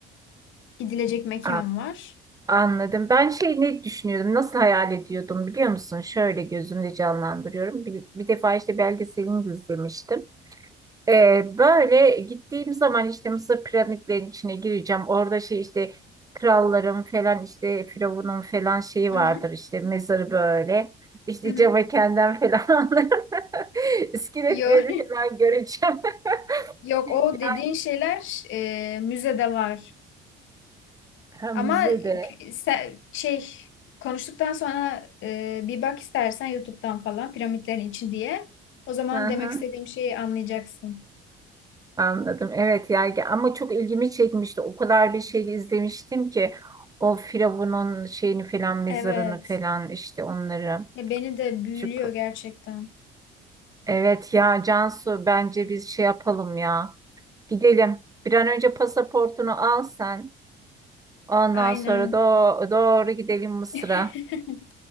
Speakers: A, on the left; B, on the right.
A: Gidilecek mekan
B: An-
A: var.
B: Anladım. Ben şey ne düşünüyordum, nasıl hayal ediyordum biliyor musun? Şöyle gözümde canlandırıyorum. Bir, bir defa işte belgeselini de izlemiştim. Ee, böyle gittiğim zaman işte Mısır piramitlerinin içine gireceğim. Orada şey işte kralların falan işte firavunun falan şeyi
A: Hı
B: vardır
A: hı,
B: işte mezarı böyle. İşte
A: hı hı.
B: Cavakenden falan <laughs> iskeletleri
A: Yok,
B: falan göreceğim.
A: <laughs> yok
B: <laughs>
A: o dediğin şeyler e, müzede var.
B: Hem
A: Ama
B: müzede.
A: e, se- şey konuştuktan sonra e, bir bak istersen YouTube'dan falan piramitlerin için diye. O zaman
B: Hı hı,
A: demek istediğim şeyi anlayacaksın.
B: anladım. Evet yani ama çok ilgimi çekmişti. O kadar bir şey izlemiştim ki o firavunun şeyini falan mezarını
A: Evet.
B: falan işte onları.
A: Ya beni de büyülüyor
B: Çok
A: gerçekten.
B: Evet ya Cansu bence biz şey yapalım ya. Gidelim. Bir an önce pasaportunu al sen. Ondan
A: Aynen.
B: sonra do doğru gidelim Mısır'a.
A: <laughs>